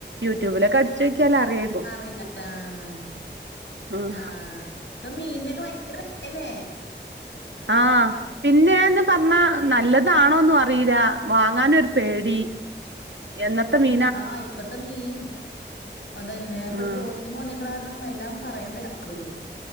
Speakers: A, on the right; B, on the left.
A: യൂട്യുബിലൊക്കെ അടിച്ചോക്യാല് അറിയേ
B: അറിയില്ലാ ആഹ്
A: ഉം
B: ആഹ് ഇപ്പ മീൻനൊക്കെ ഭയങ്കര വെലയല്ലേ
A: ആഹ് പിന്നെന്ന് പറഞ്ഞാ നല്ലതാണോന്നു അറീല്ല വാങ്ങാനൊരു പേടി എന്നത്തെ മീ
B: ആഹ് ഇപ്പഴത്തെ മീന് അതന്നെ ഇപ്പൊ
A: ആഹ്
B: ട്രോളിങ്ങ് വന്നെ കാരണം എല്ലാം പറയണ്ടല്ലാവരും